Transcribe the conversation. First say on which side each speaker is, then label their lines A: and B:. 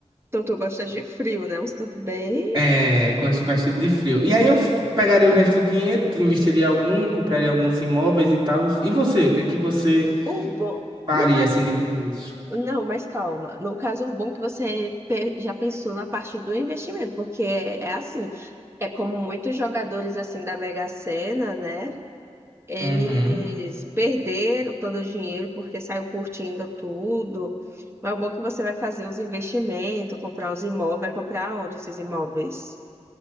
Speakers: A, on the right; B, on the right.
A: então tu gosta de frio, né? Uns cantos bem.
B: É, eu gosto bastante de frio. E aí eu f- pegaria o resto do dinheiro, investiria algum, compraria alguns imóveis e tal. E você, o que é que você
A: O bom.
B: faria
A: Não, é
B: assim de começo?
A: Não, mas calma. No caso, o bom que você pe- já pensou na parte do investimento, porque é, é assim, é como muitos jogadores assim da Mega Sena, né? Eles
B: Uhum.
A: perderam todo o dinheiro porque saiu curtindo tudo. Mas o bom que você vai fazer uns investimentos, comprar uns imóveis, vai comprar onde esses imóveis?